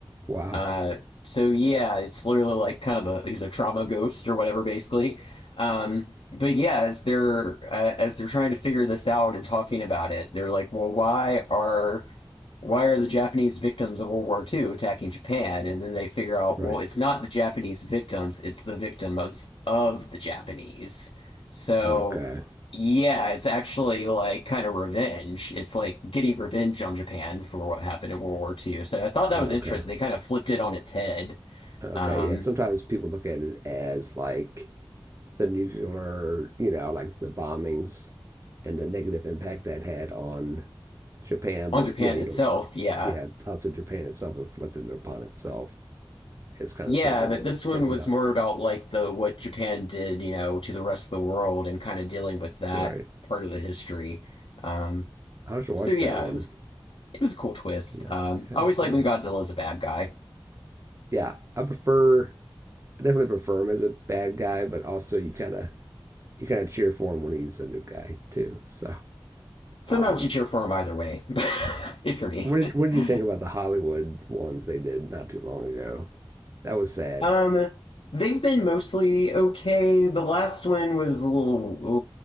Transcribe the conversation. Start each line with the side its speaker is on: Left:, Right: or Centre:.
Right: Wow.
Left: Uh, so yeah, it's literally like kind of a he's a trauma ghost or whatever, basically. Um, but yeah, as they're uh, as they're trying to figure this out and talking about it, they're like, well, why are why are the Japanese victims of World War Two attacking Japan? And then they figure out,
Right: Right.
Left: well, it's not the Japanese victims, it's the victims of the Japanese. So,
Right: Okay.
Left: yeah, it's actually like kind of revenge. It's like getting revenge on Japan for what happened in World War Two. So I thought that
Right: Okay.
Left: was interesting. They kind of flipped it on its head.
Right: Okay.
Left: Um,
Right: Yeah. Sometimes people look at it as like the nuclear, you know, like the bombings and the negative impact that had on Japan.
Left: on
Right: But
Left: Japan
Right: yeah, you
Left: itself,
Right: don't.
Left: yeah.
Right: Yeah, also Japan itself inflicted it upon itself. It's kind
Left: Yeah,
Right: of something
Left: but
Right: to
Left: this one
Right: think about.
Left: was more about like the what Japan did, you know, to the rest of the world and kind of dealing with that
Right: Right.
Left: part of the history. Um,
Right: I should
Left: So
Right: watch
Left: yeah,
Right: that one.
Left: it was it was a cool twist.
Right: Seen
Left: Um,
Right: that? I haven't
Left: I always
Right: seen
Left: like when
Right: that.
Left: Godzilla is a bad guy.
Right: Yeah, I prefer I definitely prefer him as a bad guy, but also you kind of you kind of cheer for him when he's a good guy too. So,
Left: Sometimes
Right: um,
Left: you cheer for him either way, <laughs> if you're me.
Right: what did what did
Left: <laughs>
Right: you think about the Hollywood ones they did not too long ago? That was sad.
Left: Um, they've been mostly okay. The last one was a little, a